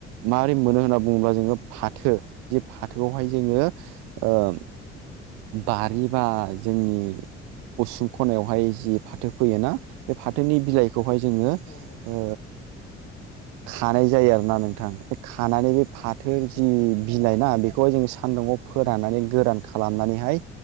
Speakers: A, on the right (about 55°); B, on the left (about 25°).
A: माबोरै मोनो होनना बुङोब्ला जोङो फाथो जे फाथोखौहाय जोङो ओं बारि बा जोंनि उसुं खनायावहाय जि फाथो फोयोना बे फाथोनि बिलाइखौहाय जोङो
B: औ औ
A: ओ खानाय जायो आरोना नोंथां। बे खानानै बे फाथो
B: नोंथां
A: जि बिलाइ
B: औ
A: ना बे बेखौहाय जोङो सान्दुंआव फोराननानै गोरान खालामनानैहाय